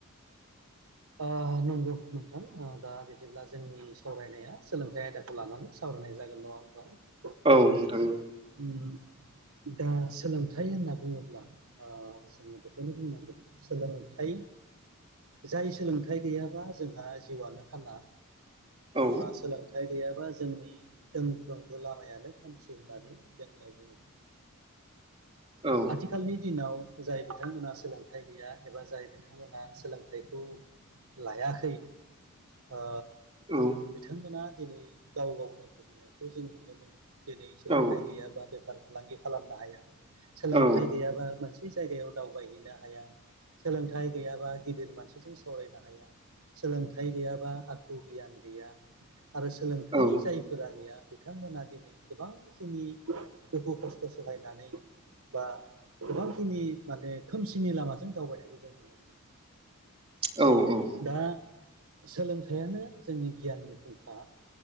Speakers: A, on the right (about 70°); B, on the right (about 25°).
A: ओ नंगौ नोंथां दा बिदिब्ला जोंनि सावरायनाया सोलोंथाइ आयदाखौ लानानै सावराय फोरनाय जागोन नङा होमबा
B: औ नोंथां औ
A: उम दा सोलोंथाइ होनना बुङोब्ला ओ ओ जोङो बेखौनो बुंनांगोन सोलोंथाइ जाय सोलोंथाइ गैयाबा जोंहा जिउआनो खाना
B: औ
A: सोलोंथाइ गैयाबा जोंनि दोनफ्रोमबो लामायानो खोमसि होननानै जोंङो बु
B: <inaudible> औ
A: आथिखालनि दिनाव जाय बिथांमोना सोलोंथाइ गैया एबा जाय बिथांमोनहा सोलोंथाइ थायाइखौ लायाखै ओ
B: औ
A: बिथांमोना दिनै गाव गावनो भुगिनायखौ जों नुनो मोनो दिनै सोलोंथाइ
B: औ
A: गैयाबा बेफार फालांगि खालामनो हाया सोलोंथाइ
B: औ
A: गैयाबा मोनसे जायगायाव दावबायहैनो हाया सोलोंथाइ गैयाबा गिदिर मानसि जों सावरायनो हाया सोलोंथाइ गैयाबा आखु गियान गैया आरो सोलोंथायाइ
B: औ
A: जायफोरा गैया बिथांमोना दिनै गोबांखिनि दुखु खस्थ' सहायनानै बा गोबांखिनि माने खोमसिनि लामाजों दावबायनायखौ जों नुनो मोनो
B: <inaudible> औ
A: दा सोलोंथाइयानो जोंनि गियाननि फुंखा